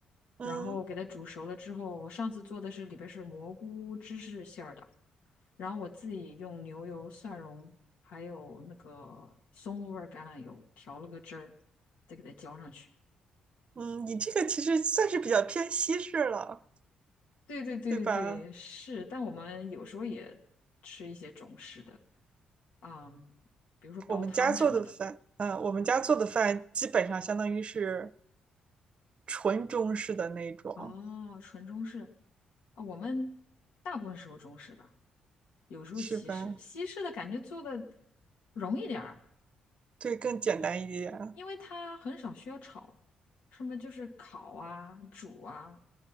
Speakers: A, on the right (about 45°); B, on the left (about 80°).
A: 嗯
B: 然后给它煮熟了之后，我上次做的是里边是蘑菇芝士馅儿的，然后我自己用牛油、蒜蓉还有那个松露味儿橄榄油调了个汁儿，再给它浇上去。
A: 嗯，你这个其实算是比较偏西式了，
B: 对对对对对，
A: 对吧？
B: 是，但我们有时候也吃一些中式的，啊，比如说煲汤什么的。
A: 我们家做的饭，呃，我们家做的饭基本上相当于是纯中式的那种，
B: 哦，纯中式，啊、我们大部分时候中式吧，有时候西式。
A: 是吧？
B: 西式的感觉做的容易点儿，
A: 对，更简单一点。
B: 因为它很少需要炒，什么就是烤啊、煮啊